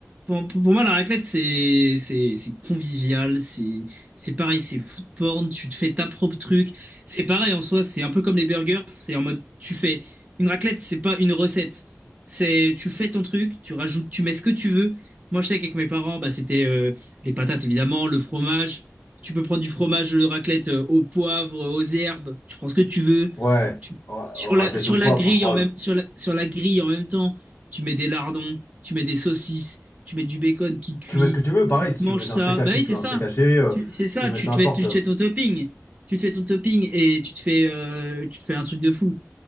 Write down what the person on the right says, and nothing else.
Pour, pour- pour moi, la raclette, c'est c'est- c'est convivial, c'est c'est pareil, c'est food porn, tu te fais ta propre truc. C'est pareil en soi, c'est un peu comme les burgers, c'est en mode, tu fais une raclette, c'est pas une recette. C'est tu fais ton truc, tu rajoutes, tu mets ce que tu veux. Moi, je sais qu'avec mes parents, bah, c'était euh, les patates évidemment, le fromage. Tu peux prendre du fromage de raclette euh, au poivre, euh, aux herbes, tu prends ce que tu veux.
Tu-
sur
la, sur
la grille
en même, sur la, sur la grille en même temps, tu mets des lardons, tu mets des saucisses tu mets du bacon qui cuit,
tu
te
manges
ça.
Bah oui,
c'est
ça.
Tu- C'est
ça,
tu
te, fais, tu
te fais ton topping. Tu te fais ton topping et tu te fais, euh, tu te fais un truc de fou.